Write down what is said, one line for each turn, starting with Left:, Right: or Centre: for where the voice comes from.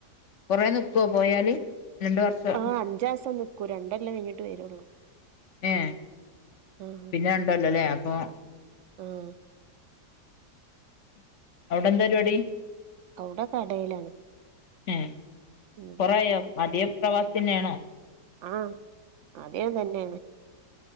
Left: കൊറെ നി ക്യോ പോയാല് രണ്ട് വർഷം
Right: ആ അഞ്ചാസം നിക്കൂ രണ്ടെല്ലം കഴിഞ്ഞിട്ട് വരുള്ളൂ
Left: ഏ
Right: ആഹ്
Left: പിന്നെ ഉണ്ടല്ലോല്ലേ അപ്പൊ
Right: ആഹ്
Left: അവിടെന്താ പരിപാടി
Right: അവുടെ കടയിലാണ്
Left: ഉം
Right: ഉം
Left: കൊറെയോ അദേ പ്രവാസിന്നെയാണോ
Right: ആഹ അതേം തന്നെയാണ്